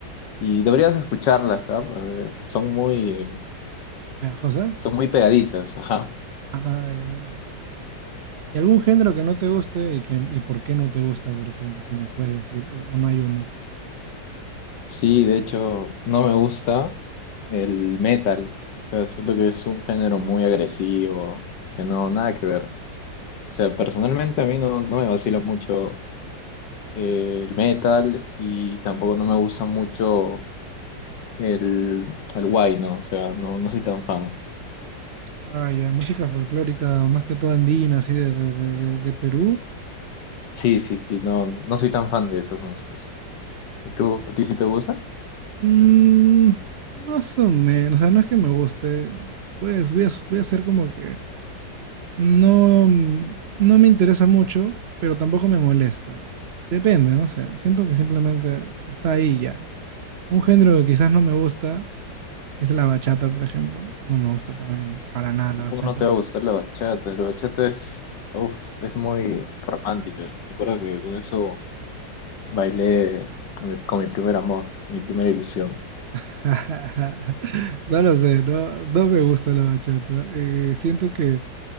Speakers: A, on the left; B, on the right.
A: y deberías escucharlas, ¿sabes? Son muy,
B: ¿Ya, José?
A: son muy pegadizas, ajá.
B: Ah, ya me imagino. ya. ¿Y algún género que no te guste y, que, y por qué no te gusta, por ejemplo, si me puedes decir, o, o no hay uno?
A: Sí, de hecho, no me gusta el metal, o sea, siento que es un género muy agresivo, que no, nada que ver. O sea, personalmente a mí no, no me vacila mucho eh, el metal y tampoco no me gusta mucho el, el guay, ¿no? O sea, no, no soy tan fan.
B: Ah, ya, música folclórica, más que todo andina, así de, de, de, de- de Perú.
A: Sí, sí, sí, no, no soy tan fan de esas músicas. ¿Y tú, a ti sí te gusta?
B: Mm, más o menos, o sea, no es que me guste. Pues voy a, voy a hacer como que no, mm, no me interesa mucho, pero tampoco me molesta. Depende, no sé. Siento que simplemente está ahí ya. Un género que quizás no me gusta es la bachata, por ejemplo. No me gusta para mí, para nada la bachata.
A: ¿Cómo no te va a gustar la bachata? La bachata es, uf, es muy romántica. Me acuerdo que con eso bailé con mi, con mi primer amor, mi primera ilusión.
B: <laughs> No lo sé, no, no me gusta la bachata. Eh, siento que